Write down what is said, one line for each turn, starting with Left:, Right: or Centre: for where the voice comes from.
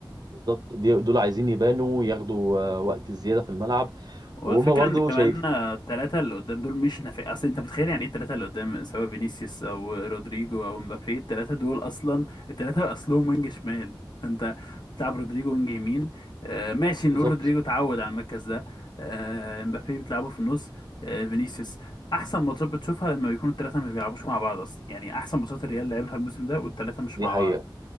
Right: بالظبط دي- دول عايزين يبانوا ياخدوا آه، وقت زياده في الملعب
Left: والفكرة
Right: وهما برضه
Left: ان كمان
Right: شايف
Left: آه، التلاتة اللي قدام دول مش نافع اصل انت متخيل يعني ايه التلاتة اللي قدام سواء فينيسيوس او رودريجو او مبابي التلاتة دول اصلا التلاتة اصلهم وينج شمال فانت بتلعب رودريجو وينج يمين آه ماشي نقول
Right: بالظبط
Left: رودريجو اتعود على المركز ده آه مبابي بتلعبه في النص آه فينيسيوس احسن ماتشات بتشوفها لما بيكونوا التلاتة ما بيلعبوش مع بعض اصلا يعني احسن ماتشات الريال لعبها الموسم ده والتلاتة مش
Right: دي
Left: مع
Right: حقيقه
Left: بعض